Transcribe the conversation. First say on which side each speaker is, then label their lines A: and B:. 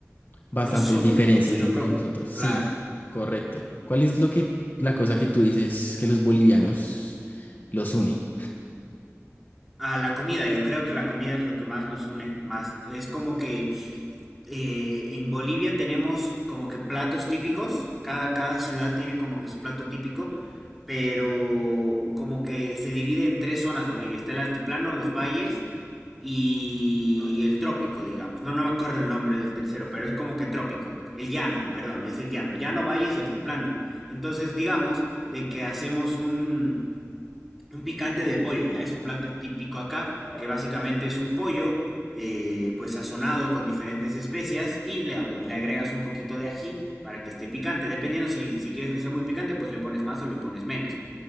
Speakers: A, on the left; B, in the centre.
A: bastantes
B: lo suyo,
A: diferencias
B: lo suyo
A: entre
B: propio.
A: nosotros. Sí,
B: Claro.
A: correcto. ¿Cuál es lo que, la cosa que tú dices que los bolivianos los une?
B: A la comida, yo creo que la comida es lo que más nos une, más es como que eh, en Bolivia tenemos como que platos típicos, cada, cada ciudad tiene como que su plato típico, pero como que se divide en tres zonas Bolivia, está el altiplano, los valles y el trópico, digamos. No, no me acuerdo el nombre del tercero, pero es como que trópico, el llano, perdón, es el llano, llano, valles y altiplano. Entonces, digamos de que hacemos un un picante de pollo, ya es un plato típico acá, que básicamente es un pollo, eh, pues sazonado con diferentes especias y le, ab- le agregas un poquito de ají para que esté picante. Dependiendo si, si quieres que sea muy picante, pues le pones más o le pones menos.